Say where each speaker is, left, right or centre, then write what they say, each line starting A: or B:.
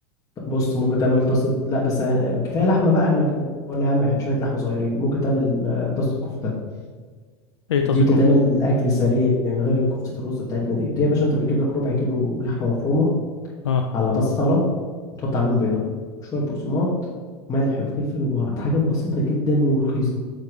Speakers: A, on the left (about 25°); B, on the left (about 80°).
A: بص ممكن تعمل طاسه لا بس يعني يعني كفايه لحمه بقى احنا ولا يا عم شويه لحمه صغيرين ممكن تعمل آه، طاسه كفته
B: ايه طاسة
A: دي بتتعمل
B: كفتة دي
A: الاكل السريع يعني غير الكفته الرز بتاعتنا دي دي يا باشا انت بتجيب لك ربع كيلو لحمه مفرومه
B: اه
A: على بصلة وتحط عليهم بيضة شوية بقسماط ملح وفلفل وبهارات حاجات بسيطة جدا ورخيصة